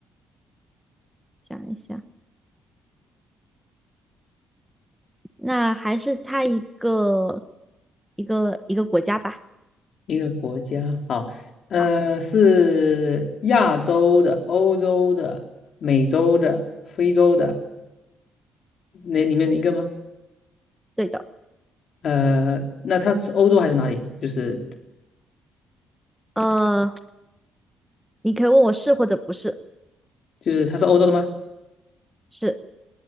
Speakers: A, in the centre; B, on the left.
A: 想一想，那还是猜一个，一个一个国家吧。
B: 一个国家，好，呃，
A: 好，
B: 是亚洲的、欧洲的、美洲的、非洲的那里面的一个吗？
A: 对的，
B: 呃，那它是欧洲还是哪里？就是
A: 呃，你可以问我是或者不是，
B: 就是它是欧洲的吗？
A: 是，